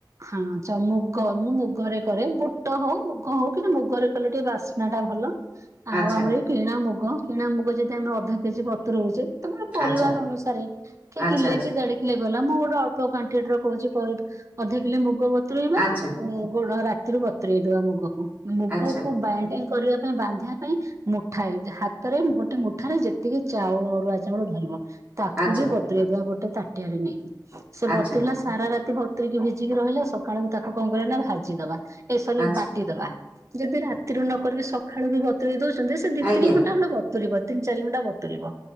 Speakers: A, on the right; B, on the right.
A: ହଁ ଚ ମୁଗ ମୁଁ ମୁଗରେ କରେ ବୁଟ ହଉ ମୁଗ ହଉ କିନ୍ତୁ ମୁଗରେ କଲେ ଟିକେ ବାସ ନାଟା ଭଲ ଆଉ
B: ଆଚ୍ଛା
A: ଆମର ଏଇ କିଣା ମୁଗ କିଣା ମୁଗ ଯଦି ଆମେ ଅଧ କେଜି ବତୁରଉଚେ ତମର ପରିବାର
B: ଆଚ୍ଛା
A: ଅନୁସାରେ କିଏ
B: ଆଚ୍ଛା
A: କିଲେ କିଏ ଦେଢ଼ କିଲେ ଗଲା ମୁଁ ଗୋଟେ ଅଳ୍ପ କୁଆଣ୍ଟି ଟି ର କହୁଚି <unintelligible> ଅଧ କିଲେ ମୁଗ ବତୁରେଇବା
B: ଆଚ୍ଛା
A: ଗୁଡ଼ ରାତିରୁ ବତୁରେଇଦେବା ମୁଗକୁ ମୁଗକୁ
B: ଆଚ୍ଛା ଆଚ୍ଛା
A: ବାଇଣ୍ଡିଙ୍ଗି କରିବା ପାଇଁ ବାନ୍ଧିବା ପାଇଁ ମୁଠାଏ ଯେ ହାତରେ ଗୋଟେ ମୁଠାରେ ଯେତିକି ଚାଉଳ ଅରୁଆ ଚାଉଳ ଧରିବ ତାକୁ
B: ଆଚ୍ଛା
A: ବି ବତୁରେଇଦେବା ଗୋଟେ ତାଟିଆରେ ନେଇକି ସେ
B: ଆଚ୍ଛା
A: ବତୁରିଲା ସାରା ରାତି ବ ବତୁରିକି ଭିଜିକି ରହିଲା ସକାଳୁ ତାକୁ କଣ କରିବା ନା ଭାଜିଦବା ଏ ସରି
B: ଆଚ୍ଛା
A: ବା ଟି ଦବା ଯଦି ରାତିରୁ ନ କରିକି ସଖାଳୁ ବି ବତୁରେଇ ଦଉଚନ୍ତି ସେ ଦି
B: ଆଜ୍ଞା
A: ତିନି ଘଣ୍ଟା ଖଣ୍ଡେ ବତୁରୀ ବ ତିନି ଚାରି ଘଣ୍ଟା ବତୁରିବ